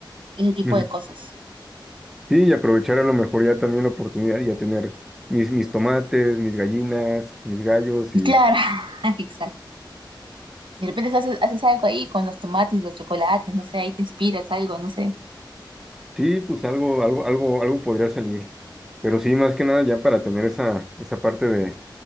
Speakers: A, on the right; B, in the centre.
A: Ese tipo
B: Ujú.
A: de cosas.
B: Sí, y aprovechar a lo mejor ya también la oportunidad y ya tener mis, mis tomates, mis gallinas, mis gallos
A: Claro, <laughs> exacto. de repente haces, haces algo ahí con los tomates, los chocolates, no sé, ahí te inspiras algo, no sé.
B: Sí, pues algo, algo, algo, algo podría salir. Pero sí, más que nada ya para tener esa, esa parte de,